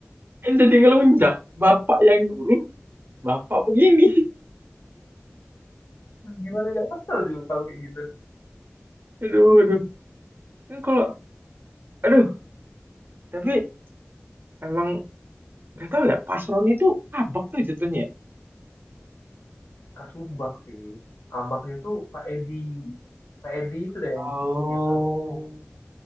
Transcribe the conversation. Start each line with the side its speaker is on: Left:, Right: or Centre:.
Right: kan jadi ngelunjak. Bapak yang nyuruh, bapak begini.
Left: Gimana gak kesel juga kalau kayak gitu.
Right: <laughs> Aduh, aduh. Kan kalau, aduh, tapi emang gak tau ya, Pasron itu abak tuh jatuhnya. ya.
Left: Kasumbak sih. Kabaknya tuh Pak Edi. Pak Edi itu deh
Right: Oh,
Left: yang, yang kabak umum.